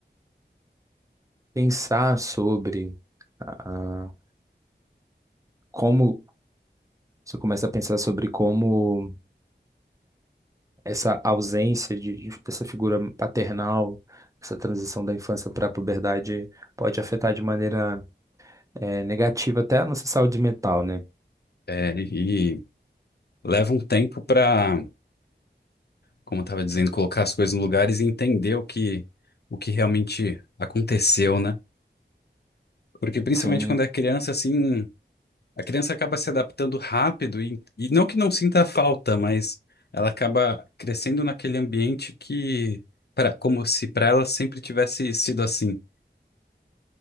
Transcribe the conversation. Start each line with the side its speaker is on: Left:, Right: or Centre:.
Right: pensar sobre a, a- como você começa a pensar sobre como essa ausência de, de- dessa figura paternal, essa transição da infância para a puberdade pode afetar de maneira eh, negativa até a nossa saúde mental, né?
Left: É, e e leva um tempo para. como eu estava dizendo, colocar as coisas nos lugares e entender o que, o que realmente aconteceu, né? Porque principalmente
Right: Sim,
Left: quando é criança, assim, a criança acaba se adaptando rápido e, e não que não sinta falta, mas ela acaba crescendo naquele ambiente que, para, como se para ela sempre tivesse sido assim.